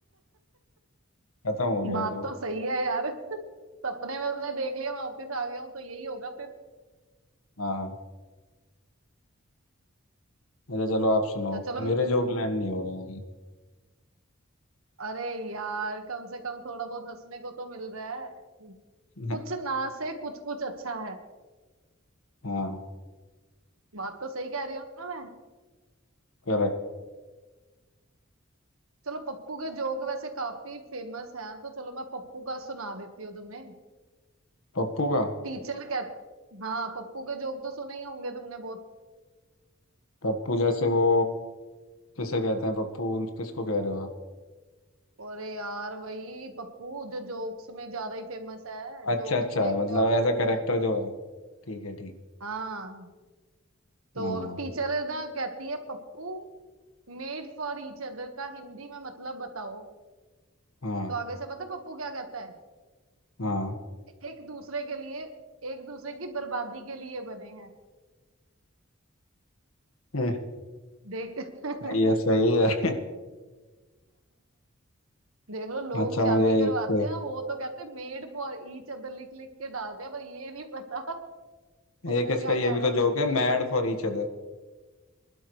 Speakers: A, on the left (about 85°); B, on the right (about 85°).
A: खत्म हो गया
B: बात
A: जोक
B: तो सही है यार <laughs> सपने में उसने देख लिया मैं ऑफिस आ गया हूँ तो यही होगा
A: हाँ हाँ अच्छा चलो आप सुनाओ
B: तो चलो
A: मेरे जोक लैंड नहीं हो रहे
B: अरे यार कम से कम थोड़ा बहुत हंसने को तो मिल रहा है कुछ
A: हैं
B: ना से कुछ कुछ अच्छा है
A: <laughs> हाँ
B: बात तो सही कह रही हूँ ना मैं
A: करेक्ट
B: चलो पप्पू के जोक वैसे काफी फेमस हैं तो चलो मैं पप्पू का सुना देती हूँ तुम्हें
A: पप्पू का
B: टीचर कह हाँ पप्पू के जोक तो सुने ही होंगे तुमने बहुत
A: पप्पू जैसे वो किसे कहते हैं पप्पू उन- किसको कह रहे हो आप
B: अरे यार वही पप्पू जो जोक्स में ज्यादा ही फेमस है
A: अच्छा
B: जोक
A: अच्छा
B: नहीं देखते
A: मतलब
B: हो आप पप्पू
A: एज अ करेक्टर जो है ठीक है ठीक
B: हाँ तो
A: हाँ
B: टीचर ना कहती है Pappu made for each other का हिंदी में मतलब बताओ
A: हाँ
B: तो आगे से पता है पप्पू क्या कहता है
A: हाँ
B: एक दूसरे के लिए एक दूसरे की बर्बादी के लिए बने हैं
A: <laughs> हम्म,
B: देख <laughs>
A: सही है सही है
B: देख लो लोग
A: अच्छा
B: शादी
A: मुझे
B: करवाते
A: एक
B: हैं वो तो कहते हैं मेड फॉर ईच अदर लिख लिख के डालते हैं पर ये नहीं पता <laughs> पप्पू
A: एक इसका
B: क्या
A: ये
B: कह
A: भी
B: रहा
A: तो
B: है उनके
A: जोक है
B: लिए
A: मैड फॉर ईच अदर